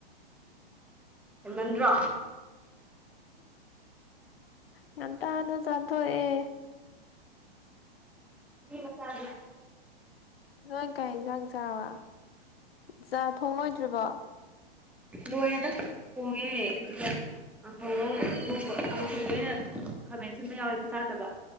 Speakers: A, in the centre; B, on the left.
A: ꯍꯦꯟꯃꯟꯗ꯭ꯔꯣ
B: ꯉꯥꯟꯇꯥꯅ ꯆꯥꯊꯣꯛꯑꯦ
A: <unintelligible>
B: ꯅꯣꯏ ꯀꯩ ꯏꯟꯖꯥꯡ ꯆꯥꯔꯕ ꯆꯥ ꯊꯣꯡ ꯂꯣꯏꯗ꯭ꯔꯤꯕꯣ
A: ꯂꯣꯏꯔꯦꯗꯥ ꯊꯣꯡꯉꯦ ꯑꯗꯨꯒ ꯀꯥꯡꯍꯧ ꯉꯧ <unintelligible> ꯀꯥꯡꯁꯣꯏꯗꯣ ꯑꯩꯅ ꯈꯥꯃꯦꯟ ꯁꯤꯟꯕ ꯌꯥꯎꯋꯦꯅ ꯆꯥꯗꯕ